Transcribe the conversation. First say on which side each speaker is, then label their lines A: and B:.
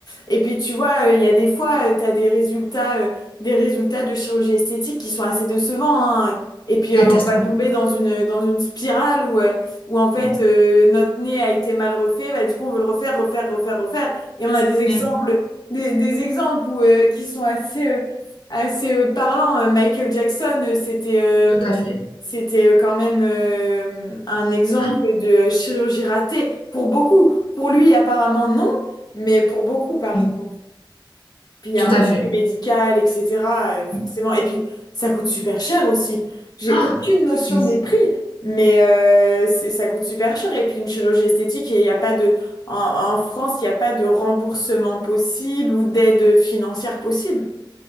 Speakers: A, on the left (about 50°); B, on the left (about 80°).
A: Et puis tu vois, euh, il y a des fois, tu as des résultats, euh, des résultats de chirurgie esthétique qui sont assez décevants, hein. Et puis
B: Catastrophique.
A: euh, on va tomber dans une, dans une spirale où, euh, où en fait
B: Mm,
A: euh, notre nez a été mal refait, bah, du coup on veut le refaire, refaire, refaire, refaire. Et on a des exemples,
B: mm,
A: des, des exemples où, euh, qui sont assez, euh, assez euh, parlants. Euh, Michael Jackson, euh, c'était... euh,
B: Tout à fait.
A: c'était euh, quand même euh, un exemple
B: <gasps> Ah,
A: de chirurgie ratée pour beaucoup. Pour lui, apparemment, non, mais pour beaucoup, par
B: mm,
A: contre. Puis il y
B: Tout
A: a un
B: à
A: risque
B: fait.
A: médical, etc.
B: <gasps>
A: euh, forcément. Et puis, ça coûte super cher aussi. J'ai
B: Ah,
A: aucune notion
B: ça,
A: des prix, mais euh, c'est- ça coûte super cher. Et puis, une chirurgie esthétique, il n'y a pas de... En, en France, il n'y a pas de remboursement possible ou d'aide financière possible.